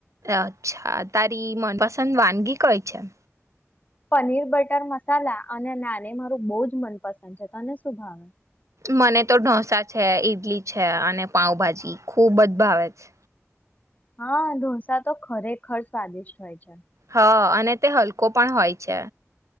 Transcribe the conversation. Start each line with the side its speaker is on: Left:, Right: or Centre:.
Right: અચ્છા તારી મનપસંદ વાનગી કઈ છેમ
Left: પનીર બટર મસાલા અને નાને મારું બહ જ મનપસંદ છે તને શું ભાવે
Right: મને તો ઢોસા છે ઈડલી છે અને પાઉભાજી ખુબ બધ ભાવે છે
Left: હા ઢોસા તો ખરેખર સ્વાદિષ્ટ હોય છે
Right: હા અને તે હલકો પણ હોય છે